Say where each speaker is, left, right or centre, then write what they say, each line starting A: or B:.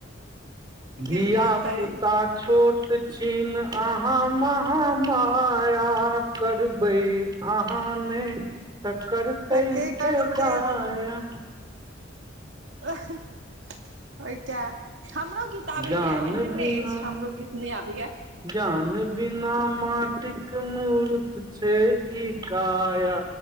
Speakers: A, on the right (about 70°); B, on the right (about 20°).
A: गेलियै
B: धियापुता
A: अहाँ तऽ
B: छोट छिन आहाँ अहाॅं महामाया करबै आहाँ नई त करतैके
A: सके करते
B: दाया
A: ऐसे ओइ के हमरो गीत आबैया
B: ज्ञान
A: एहन
B: बिना
A: नहि अइछ हमरो गीत नहि आबैया
B: ज्ञान बिना माटिक मुरुत छै ई काया